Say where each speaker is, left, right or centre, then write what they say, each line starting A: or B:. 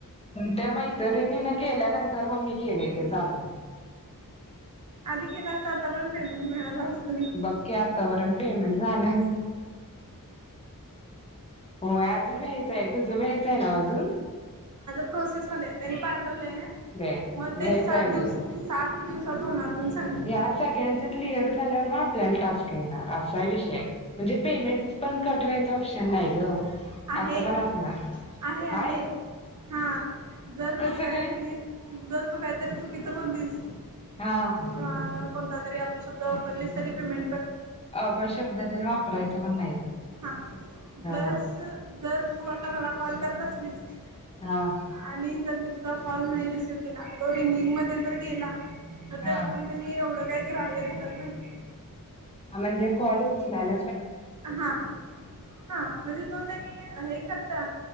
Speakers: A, on the left (about 15°); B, on the right (about 60°).
A: त्या मैतरिणी ना केल्यानंतर मग मी केले चाल
B: आधी केला असता आतापर्यंत पेमेंट मिळाला असत
A: बघ आतापर्यंत पेमेंट झालं हो अजून घ्यायच आहे तू जण पण हेच आहे ना ज
B: प्रोसेस मध्ये आहे त्यांनी पाठवले
A: आहे
B: मग
A: व्हायचं
B: ते सात
A: आहे अजून
B: दिवसात होणार सांगितले
A: ह्या सगळ्यांच क्लिअर झालं आपल्याला टास्क येणार असा विषय आहे म्हणजे पमेंट च पण कट व्हायचं ऑपशन नाही ग
B: आहे
A: अस पण असणार
B: आहे आहे
A: हाय
B: हा जर
A: कसं
B: तू काहीतरी
A: काय
B: जर तू काहीतरी चुकीचं बोलीस
A: हा
B: हा कोणता तरी आपले शब्द वापरलीस तरी पेमें
A: अ प शब्दातने वापरायचा पण नाहीत
B: हा
A: हा
B: प्लस जर तू आता मला कॉल करत अस ह
A: हा.
B: आणि जर मी तुझा कॉल नाही रिसिव्ह केला तो रिंगिंग मध्ये जर गेला तर
A: हा
B: त्याच पण त एवढं तेच ग्राह्य धरत नाहीत
A: म्हणजे कॉल उचलाल
B: हा हा म्हणजे तो त्यांनी हे करता